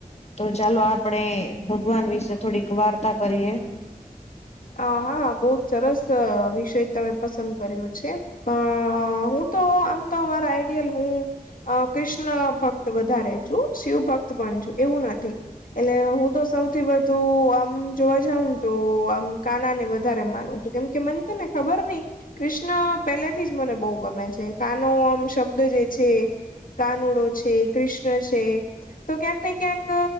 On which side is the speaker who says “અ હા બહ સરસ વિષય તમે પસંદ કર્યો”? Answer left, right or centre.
Left